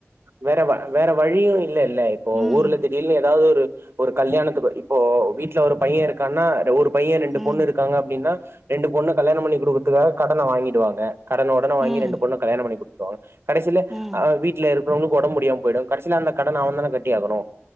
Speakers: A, on the right (about 55°); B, in the centre.
A: வேற வ வேற வழியு இல்லல்ல இப்போ
B: ம்
A: ஊர்லருந்து பில்லு எதாது ஒரு ஒரு கல்யாணத்துக்கோ இப்போ வீட்ல ஒரு பைய இருக்கான்னா ஒரு பைய ரெண்டு
B: ம்
A: பொண்ணு இருக்காங்க அப்டின்னா ரெண்டு பொண்ணு கல்யாணம் பண்ணி குடுக்கறதுக்காக கடன வாங்கிடுவாங்க கடன உடன வாங்கி
B: ம்
A: ரெண்டு பொண்ண கல்யாண பண்ணி குடுத்துருவாங்க கடைசில
B: ம்
A: அ வீட்ல இரு அப்பற அவங்களுக்கு ஒடம்பு முடியாம போயிடு கடைசில அந்த கடன அவந்தான கட்டியாகணு